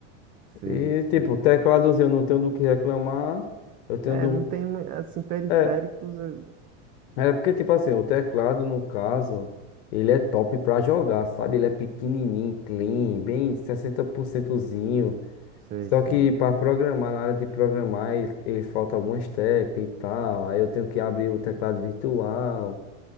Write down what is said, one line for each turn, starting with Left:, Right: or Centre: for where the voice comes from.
Right: Sei,
Left: E,
Right: sei.
Left: tipo, o tecladozinho eu não tenho do que reclamar. Eu tenho
Right: É,
Left: do.
Right: não tem, mui- assim, periféricos,
Left: É,
Right: é,
Left: é porque, tipo assim, o teclado, no caso, ele é top pra jogar, sabe? Ele é pequenininho, clean, bem 60%zinho.
Right: sei,
Left: Só
Right: sei.
Left: que para programar, na hora de programar, ele, ele falta algumas teclas e tal. Aí eu tenho que abrir o teclado virtual.